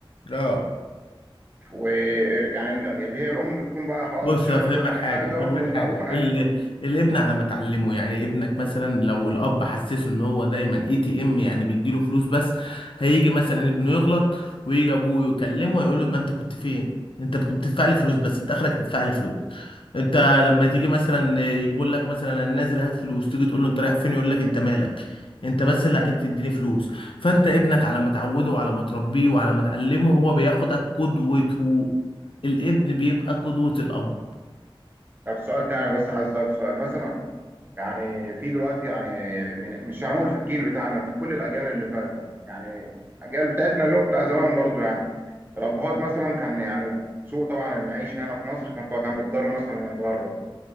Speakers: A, on the left; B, on the right.
A: اه
B: ويعني اللي هي الام بتكون بقى خلاص
A: بص
B: شايله
A: افهمك
B: كل حاجه
A: حاجه افهمك
B: وانت
A: حاجه
B: ابوك
A: ال...
B: عايش برضه
A: الابن على ما تعلمه يعني ابنك مثلا لو الاب حسسه ان هو دايما اي تي ام يعني بيديله فلوس بس هيجي مثلا ابنه يغلط ويجي ابوه يكلمه هيقول له ما انت كنت فين انت بت- بتدفع لي فلوس بس انت اخرك تدفع لي فلوس انت لما تيجي مثلا يقول لك مثلا انا نازل هات فلوس تيجي تقول له انت رايح فين يقول لك انت مالك انت بس اللي عليك تديني فلوس فانت ابنك على ما تعوده وعلى ما تربيه وعلى ما تعلمه هو بياخدك قدوته الابن بيبقى قدوة الأب
B: طب سؤال تاني بس عايز اسالك سؤال مثلا يعني في دلوقتي يعني من مش هنقول في الجيل بتاعنا في كل الاجيال اللي فاتت يعني الاجيال بتاعتنا اللي هو بتاع زمان برضه يعني الابهات مثلا كان يعني سوء طبعا المعيشه هنا في مصر كان فكان بيضطر مثلا يتغرب